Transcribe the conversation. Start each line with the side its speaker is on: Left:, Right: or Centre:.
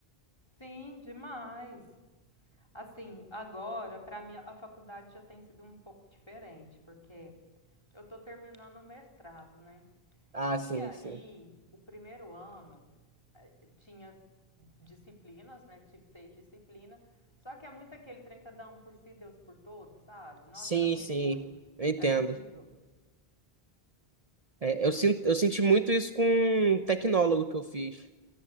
Left: Sim, demais. Assim, agora para mim a faculdade já tem sido um pouco diferente, porque eu tô terminando o mestrado, né?
Right: Ah, sim,
Left: E aí,
Right: sim.
Left: o primeiro ano eh, tinha disciplinas, né? Tive seis disciplinas. Só que é muito aquele trem cada um por si, Deus por todos, sabe? Nossa,
Right: Sim,
Left: era muito
Right: sim,
Left: ruim.
Right: eu entendo.
Left: Era horrível.
Right: É, eu sinto, eu senti muito isso com um tecnólogo que eu fiz.